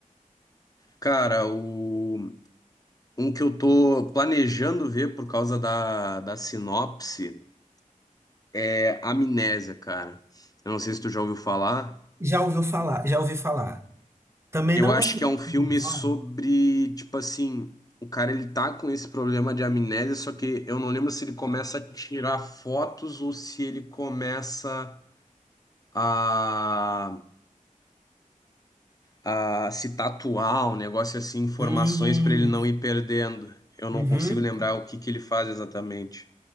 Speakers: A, on the left; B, on the right.
A: cara, o, um que eu tô planejando ver por causa da, da sinopse é Amnésia, cara. Eu não sei se tu já ouviu falar.
B: Já ouviu falar? Já ouvi falar. Também
A: Eu
B: não
A: acho
B: assisti,
A: que é um filme
B: não.
A: sobre, tipo assim, o cara ele tá com esse problema de amnésia, só que eu não lembro se ele começa a tirar fotos ou se ele começa a, a se tatuar, um negócio assim, informações
B: Hum,
A: pra ele não ir perdendo. Eu não
B: uhum.
A: consigo lembrar o que que ele faz exatamente.